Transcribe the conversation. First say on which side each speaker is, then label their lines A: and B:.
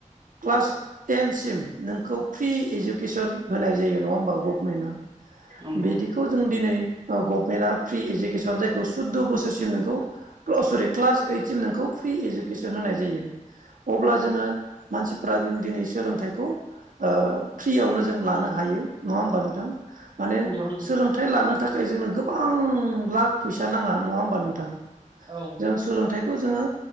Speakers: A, on the right (about 85°); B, on the right (about 35°).
A: क्लास टेनसिम नोंखौ फ्रि इडुकेसन होनाय जायो नङा होमबा गभमेन्टआ।
B: नंगौ
A: बिदिखौ जों दिनै गभमेन्टआ फ्रि इडुकेस जायखौ सुदद' बोसोरसिम नोंखौ अ सरि क्लाज ओइदसिम नोंखौ फ्रि इडुकेसन होनाय जायो। अब्ला जोङो मानसि फोरा जों दिनै सोलोंथाइखौ ओ फ्रियावनो जों लानो हायो नङा होमबा नोंथां। माने
B: नंगौ नंगौ
A: सोलोंथाइ लानो थाखाय जोंनो गोबां लाख फैसा नाङा नङा होमबा नोंथां।
B: औ
A: जों सोलोंथाइखौ जोङो